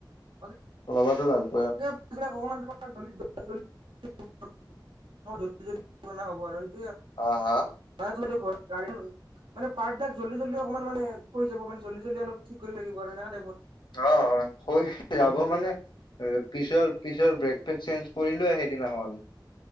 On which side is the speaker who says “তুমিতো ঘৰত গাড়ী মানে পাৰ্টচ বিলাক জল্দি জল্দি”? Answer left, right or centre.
Right